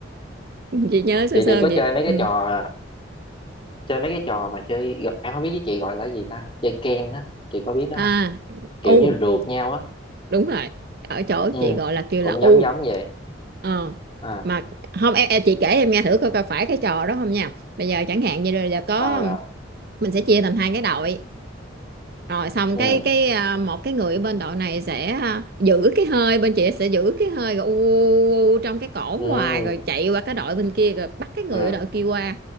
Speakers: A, on the right; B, on the left.
A: chị nhớ sơ
B: chị
A: sơ
B: chị có
A: gì
B: chơi mấy cái
A: ừ.
B: trò chơi mấy cái trò mà chơi em không biết với chị gọi là gì ta chơi ken á chị có biết đó
A: à
B: không kiểu
A: u
B: như rượt nhau á
A: đúng rồi ở chỗ
B: ừ
A: chị gọi là kêu
B: cũng
A: là u
B: giống giống vậy
A: ờ
B: à
A: mà không em, em chị kể em nghe thử coi coi phải cái trò đó không nha bây giờ chẳng hạn như là có
B: rồi rồi
A: mình sẽ chia thành hai cái đội rồi xong
B: ừ
A: cái cái à, một cái người ở bên đội này sẽ à, giữ cái hơi bên chị sẽ giữ cái hơi rồi u, u, u trong cái cổ
B: ừ
A: hoài rồi chạy qua cái đội bên kia rồi bắt cái người
B: ừ
A: ở đội kia qua